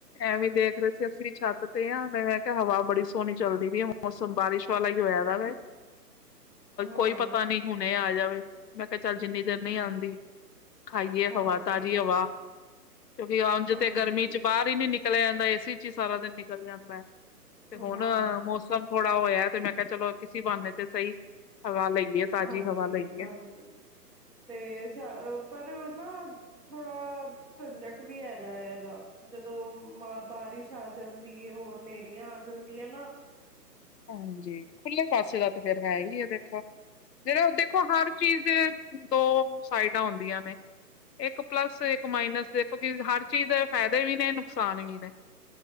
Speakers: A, on the left (about 75°); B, in the centre.
A: ਐਵੇ ਦੇਖ ਰਹੇ ਸੀ ਅਸੀਂ ਛੱਤ ਤੇ ਆਂ, ਮੈਂ ਕਿਹਾ ਹਵਾ ਬੜੀ ਸੋਹਣੀ ਚੱਲਦੀ ਪਈ ਆ, ਮੌਸਮ ਬਾਰਿਸ਼। ਵਾਲਾ ਹੋਇਆ ਦੇ ਵੇ।
B: ਹਾਂ
A: ਕੋਈ ਪਤਾ ਨੀ ਹੁਣੇ ਆ ਜਾਵੇ, ਮੈਂ ਕਿਹਾ ਚੱਲ ਜਿੰਨੀ ਦੇਰ ਨਹੀਂ ਆਂਦੀ। ਖਾਈਏ
B: ਹਾਂਜੀ
A: ਹਵਾ, ਤਾਜ਼ੀ ਹਵਾ। ਕਿਉਂਕਿ ਆਮ ਜ
B: ਹਾਂਜੀ
A: ਤੇ ਗਰਮੀ 'ਚ ਬਾਹਰ ਹੀ ਨੀ ਨਿਕਲਿਆ ਜਾਂਦਾ, ਏਸੀ ਹੀ ਸਾਰਾ ਦਿਨ ਨਿਕਲ ਜਾਂਦਾ ਤੇ ਹੁਨ
B: ਹਾਂ
A: ਮੌਸਮ? ਥੋੜਾ ਹੋਇਆ ਤੇ ਮੈਂ ਕਿਹਾ ਚਲੋ, ਕਿਸੀ ਬਹਾਨੇ ਤੇ ਸਹੀ, ਹਵਾ ਲਈਏ। ਤਾਜ਼ੀ
B: ਹਾਂਜੀ
A: ਹਵਾ ਲਈਏ
B: -ਹਾਂਜੀ, ਤੇ ਸ ਪਰ ਨਾ। ਥੋੜਾ ਝੰਜਟ ਵੀ ਹੈਗਾ ਏ ਇਹਦਾ। ਜਦੋਂ ਅ ਬਾਰਿਸ਼ ਆ ਜਾਂਦੀ ਏ, ਹੋਰ ਹਨੇਰੀਆਂ ਆ ਜਾਂਦੀਆਂ ਨਾ।
A: ਹਾਂਜੀ, ਖੁੱਲੇ ਪੈਸੇ ਦਾ ਤੇ ਫੇਰ ਹੈ ਹੀ ਏ, ਦੇਖੋ। ਫਿਰ ਉਹ ਦੇਖੋ, ਹਰ ਚੀਜ਼ ਦੇ ਦੋ ਸਾਈਡਾਂ ਹੁੰਦੀਆਂ ਨੇ। ਇੱਕ ਪਲੱਸ ਇੱਕ ਮਾਈਨਸ, ਦੇਖੋ, ਕਿ ਹਰ ਚੀਜ਼ ਦੇ ਫੈਦੇ ਵੀ, ਨੇ ਨੁਕਸਾਨ ਵੀ ਨੇ।